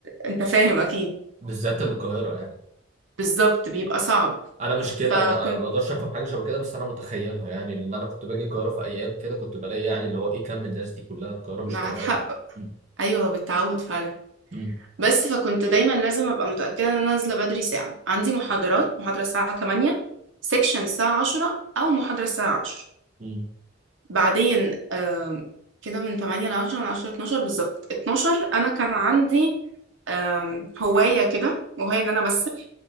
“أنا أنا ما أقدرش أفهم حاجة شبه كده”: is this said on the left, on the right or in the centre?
Right